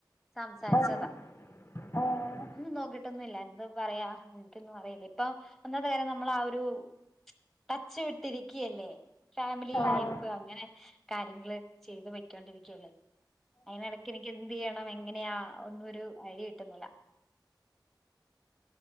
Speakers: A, in the centre; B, on the left.
A: സംസാരിച്ചതാ
B: ആഹ് ആഹ്
A: ഒന്ന് നോക്കിട്ടൊന്ന് ല്ല എന്ത് പറയാ എനിക്കൊന്നും അറിയില്ല ഇപ്പൊ ഒന്നാത്തെ കാര്യം നമ്മൾ ആ ഒരു ട്ടച്ചു വിട്ടിരിക്കല്ലേ ഫാമിലി ലൈഫ്
B: ആഹ്
A: അങ്ങനെ കാര്യങ്ങള് ചെയ്ത് വയ്ക്കോണ്ടിരിക്കല്ലേ അയിനിടക്ക് എനിക്ക് എ ണം എങ്ങനെയാ ഒന്നും ഒരു ഐഡിയ കിട്ടുന്നില്ല